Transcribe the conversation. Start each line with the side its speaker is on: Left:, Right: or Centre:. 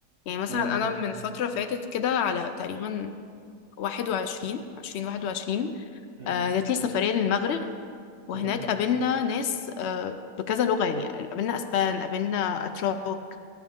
Left: يعني مثلا
Right: مم.
Left: انا من فترة فاتت كده على تقريبا 21 20 21
Right: مم.
Left: آه، جات لي سفرية للمغرب وهناك
Right: مم.
Left: قابلنا ناس آه، بكذا لغة يعني قابلنا اسبان قابلنا اتراك